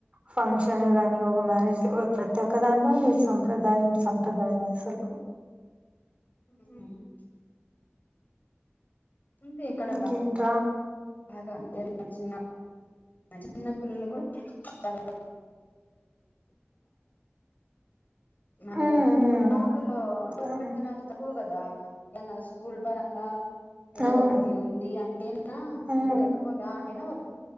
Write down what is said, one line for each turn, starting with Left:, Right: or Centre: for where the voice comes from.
Right: ఫంక్షన్ గానీ ఒక మ్యారేజ్ ప్రతి ఒక్క దానిలో మీ సంప్రదాయం సంప్రదాయం అసలు
Left: అ అంటే ఇక్కడ
Right: కేంట
Left: బాగా చి చిన్న పిల్లలు కూడా మమ
Right: హ్మ్. హ్మ్.
Left: ఇప్పుడు టౌన్లలోో
Right: హ్మ్.
Left: కడుతున్నారు తక్కువ కదా ఎంద స్కూల్ పంగా ఏదో
Right: అవును
Left: అది ఉంది అంటేనా
Right: హ్మ్.
Left: కట్కుా అంటేనా వాళ్